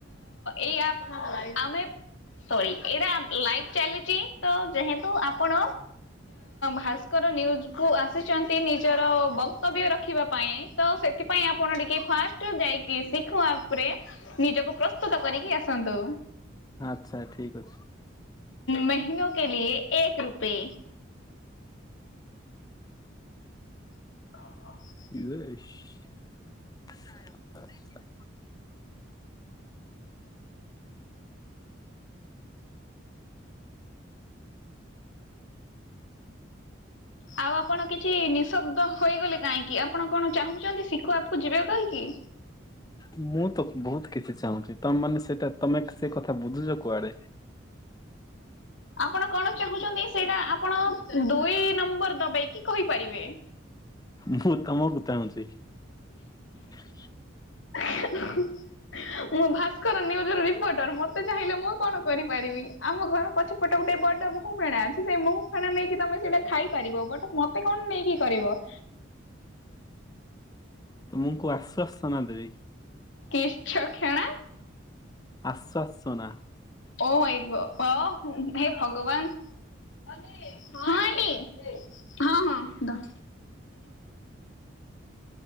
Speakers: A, on the left; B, on the left.
A: ଏଇ ଆମେ ସରି ଏଇଟ ଲାଇବ ଚାଲିଛି। ତ ଯେହେତୁ ଆପଣ ଭାସ୍କର ନିୁଜ କୁ ଆସିଛନ୍ତି ନିଜର ବ ବକ୍ତବ୍ୟ ରଖିବା ପାଇଁ ତ ସେଥିପାଇଁ ଆପଣ ଟିକେ ଫାଷ୍ଟ ଯାଇକି ଶିଖୋ ଆପ୍ ରେ ନିଜକୁ ପ୍ରସ୍ତୁତ କରିକି ଆସନ୍ତୁ।
B: ଆଚ୍ଛା ଠିକ ଅଛି।
A: ମହିନୋ କେ ଲିଏ ଏକ ରୁପେ। <inaudible>
B: <unintelligible>
A: ଆଉ ଆପଣ କିଛି ନିଶ ତ ହେଇଗଲେ କାହିଁକି ଆପଣ କଣ ଚାହୁଁଛନ୍ତି ଶିଖ ଆପ କୁ ଯିବେ କହିକି।
B: ମୁଁ ତ ବହୁତ କିଛି ଚାହୁଁଛି ତମେ ମାନେ ସେଇଟା ତମେ ସେ କଥା ବୁଝୁଛ କୁଆଡେ?
A: ଆପଣ କଣ ଚାହୁଁଛନ୍ତି ସେଇଟା ଆପଣ ଦୁଇ ନମ୍ବର ଦବକି କହିପାରିବେ। <inaudible>
B: ମୁଁ ତମକୁ ଚାହୁଁଛି। <inaudible>
A: ମୁଁ ଭାସ୍କର ନିୁଜ ର ରିପୋର୍ଟର ମତେ ଚାହିଁଲେ ମୁଁ କଣ କରିପାରିବି। ଆମ ଘର ପଛପଟ ଗୋଟେ ବଡ ମହୁ ଫେଣା ଅଛି। ସେଇ ମହୁ ଫେଣା ନେଇକି ତମେ ସେଇଟା ଖାଇ ପାରିବ ବଟ ମତେ କଣ ନେଇକି କରିବ?
B: ମୁଁ କୁ ଆଶ୍ଵାସନା ଦେବି।
A: କିସ ଛ କ୍ଷଣା?
B: ଆଶ୍ଵାସନା।
A: ଓ ମାଇଁ ଗ, ଓହ ହେ ଭଗବାନ। ହଁ ଆଣ୍ଟି ହଁ ହଁ। ଧ